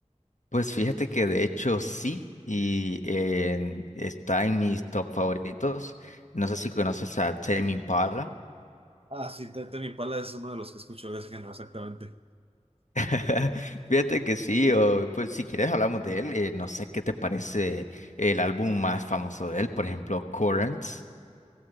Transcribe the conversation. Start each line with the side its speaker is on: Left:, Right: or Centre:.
Left: Pues fíjate que de hecho sí, y en- está en mis top favoritos. No sé si conoces a Tame Impala.
Right: Ah, sí, Temi Impala es uno de los que escucho de ese género, exactamente.
Left: <laughs> Fíjate que sí, o pues si quieres hablamos de él. eh, no sé qué te parece el álbum más famoso de él, por ejemplo, Currents.